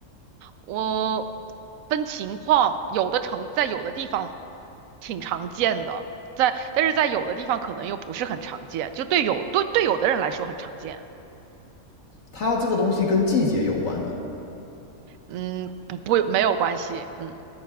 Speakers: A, on the right (about 75°); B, on the left (about 65°).
A: 我分情况，有的城在有的地方挺常见的，在但是在有的地方可能又不是很常见，就对有对对有的人来说很常见。
B: 它这个东西跟季节有关吗？
A: 嗯，不不没有关系。嗯